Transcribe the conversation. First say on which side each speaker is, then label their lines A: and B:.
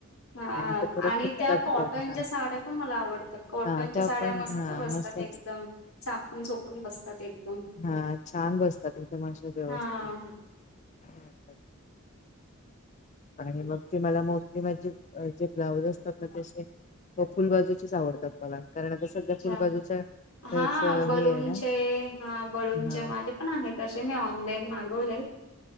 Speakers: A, on the left; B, on the left.
A: हा
B: आणि ते थोडं
A: आणि
B: फुटतात
A: त्या कॉटनच्या
B: पण हा
A: साड्या पण मला आवडतात कॉटनच्या
B: हा त्या
A: साड्या
B: पण
A: मस्त
B: हा
A: बसतात
B: मस्त
A: एकदम चापून झोपून बसतात एकदम
B: हा छान बसतातथ मश व्यवस्थित
A: हा अच्छा
B: छान वाटतात. आणि मग ते मला मोस्टली माझे जे ब्लाऊज असतात ना ते व फुल बाजूचीच आवडतात मला आता सध्या
A: अच्छा
B: फुलबाजूच्या त्याच
A: हा
B: हे
A: बलूनचे
B: आहे ना
A: हा बलूनूनचे
B: हा
A: माझे पण आहे ते मी ऑनलाईन मागवले